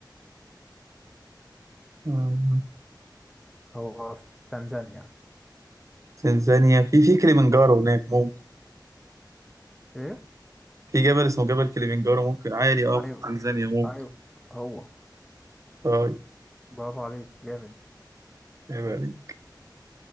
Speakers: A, on the right; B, in the centre.
A: آه،
B: هو في تنزانيا
A: تنزانيا في في كليمنجارو هناك ممكن
B: إيه؟
A: في جبل اسمه جبل كليمنجارو ممكن عالي اه
B: أيوه
A: في تنزانيا ممكن
B: أيوه هو
A: طيب
B: برافو عليك جامد
A: عيب عليك.